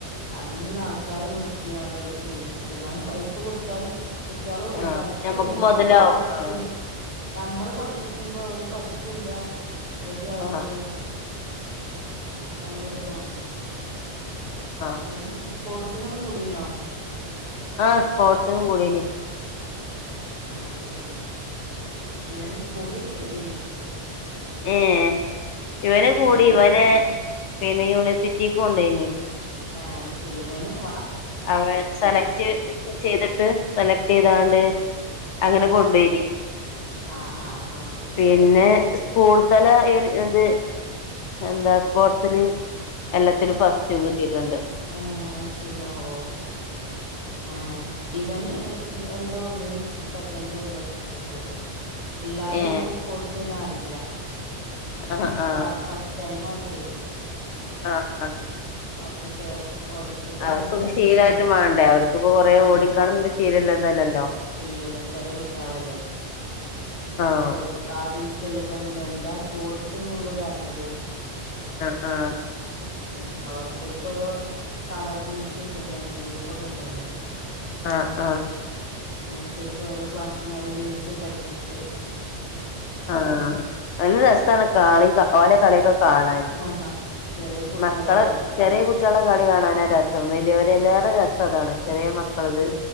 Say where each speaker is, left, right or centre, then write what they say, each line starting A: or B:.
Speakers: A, on the left; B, on the left.
A: അതിനുള്ള ആൾക്കാരെ നിർത്തിയാണ്ട് ഓല് ചെയ്യിപ്പിച് ന്നാലും പൈസ കൊടുത്താലും കുട്ടികള്
B: ആഹ്
A: കളിക്ണ്ടല്ലോ
B: ഞമ്മക്ക് മുതലാവും
A: ഞമ്മള് പഠിപ്പിക്കുമ്പോ
B: ആഹ്
A: ഞമ്മള് പഠിപ്പിച്ചുമ്പോ ഓല് പഠ ച്ചൂല റെഡി ആവൂല
B: ആഹ്
A: ഭയങ്കര താണ്
B: ആഹ്
A: ഏതായാലും പോട്സിനൊക്കെ കൂടീനോ?
B: ആഹ് സ്പോർട്സ്നും കൂടിനി
A: ആഹ് അഹ് ശരി ഇവനും കൂടിയൊക്കെ ചെയ്തിനി
B: ഏ ഇവന്
A: പക്ഷെ
B: കൂടി
A: വല്ല
B: ഇവനെ പിന്നെ യൂണിവേഴ്സിറ്റിക്ക് കൊണ്ടേയ്നി
A: ഏ അഹ് ശരി വെനും
B: അവൻ സെലക്ട് ചെയ്തിട്ട് സെലക്ട്യ്താണ്ട്
A: ആഹ് ആഹ്
B: അങ്ങനെ
A: ആഹ്
B: കൊണ്ടോയ്ന്
A: അത് ശരി ആഹ് ആഹ് ആഹ്
B: പിന്നെ സ്കൂൾ തല ഇ എത് എന്താ സ്പോർട്സില് എല്ലത്തില് ഫസ്റ്റും കിട്ടിട്ടുണ്ട്
A: ഏ അഹ് ശരി ഓ ഏ ഇവന് എന്തോ ഒന്നില് സെക്കൻഡും ന്തോ കിട്ടിട്ടോള്ളൂ അല്ലാതെ
B: ഏ
A: ങ്ങനെ സ്പോർട്സ്ന്നെ അറില്ല
B: ആ
A: ഇപ്പാ
B: ആ
A: ഫസ്റ്റ് ടൈം ആയിട്ടേ
B: അഹ് അതെ
A: ഒക്കെ ചേ ഓരോര്ത്തരത്
B: അവർക്കൊക്കെ
A: കണ്ട്ങേനെ
B: ശീലായിട്ട്
A: പഠിച്ണു
B: വേണ്ടേ അവർക്കിപ്പോ കൊറേ
A: ആഹ്
B: ഓടിക്കാണൊന്നും ശീലല്ലതല്ലല്ലോ
A: ഇല്ലല്ല ചെറയെ കുട്ടാളല്ലേ
B: ആഹ്
A: ഓൽക് ആദ്യയ്റ്റല്ലേ പ്പ എന്താ സ്പോർട്സ് ന്നുള്ളത് അറിണത്
B: ആഹ് ആഹ്
A: ഉം ഓരോര്ത്തർക്കോ രോ കളർ ജേയ്സെ ക്കെ ണ്ടായിന് ഗ്രൂപ്പോക്കെ ണ്ടായിനി
B: ആഹ് ആഹ്
A: അയ്നൻസെര്ച്ച് ഓരോ ക്ലാസസിന് ഓരോ ജേഴ്സി ഒക്കെ അട്പ്പിച്ച്
B: ആഹ് നല്ല രസാണ് കാണി ഓലെ കളിയൊക്കെ കാണാന്
A: ആഹ് ആഹ് ചെറിയ കുട്ടികളല്ലേ
B: മക്കള
A: ഫ്രോ
B: ചെറയെ കുട്ടികളെ കളി കാണാനാ രസം വലിയോരെലാരെ റസ് അതാണ് ചെറയെ മക്കള്ത്
A: അവർക്ക്